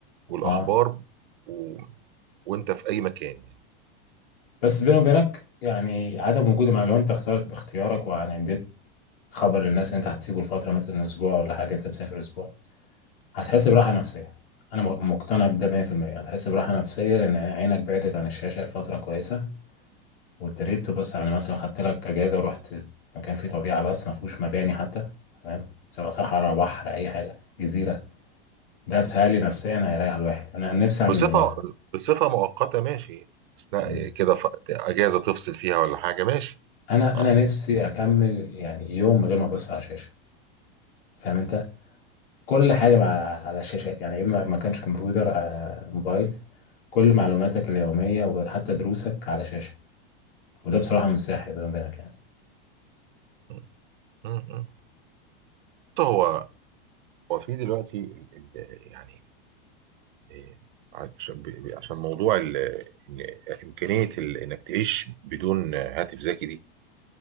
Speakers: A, on the right; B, on the left.
A: والاخبار
B: آه.
A: و... وانت في اي مكان يعني
B: بس بيني وبينك يعني عدم وجود مع لو انت اخترت باختيارك وعندت تخبر للناس ان انت هتسيبه لفتره مثلا اسبوع ولا حاجه انت مسافر اسبوع هتحس براحه نفسيه انا م- مقتنع بده 100% هتحس براحه نفسيه لان عينك بعدت عن الشاشه لفتره كويسه وابتديت تبص على مثلا خدت لك اجازه ورحت مكان فيه طبيعه بس ما فيهوش مباني حتى تمام سواء صحراء بحر اي حاجه جزيره ده بتهيألي نفسيا هيريح الواحد انا نفسي اعمل
A: بصفه
B: الموضوع ده
A: بصفه مؤقته ماشي اثناء
B: مم.
A: كده ف... اجازه تفصل فيها ولا حاجه ماشي
B: انا
A: اه
B: انا نفسي اكمل يعني يوم من غير ما ابص على شاشه فاهم انت كل حاجه مع- على الشاشات يعني اما ما كانش كمبيوتر آه، موبايل كل معلوماتك اليومية وحتى دروسك على شاشة وده بصراحة
A: م-
B: مش صحي بيني وبينك يعني
A: م- م- م. بص، هو هو في دلوقتي ال... ال... يعني إيه، عشان ب... ب- عشان موضوع ال... إن امكانيه ال... انك تعيش بدون هاتف ذكي دي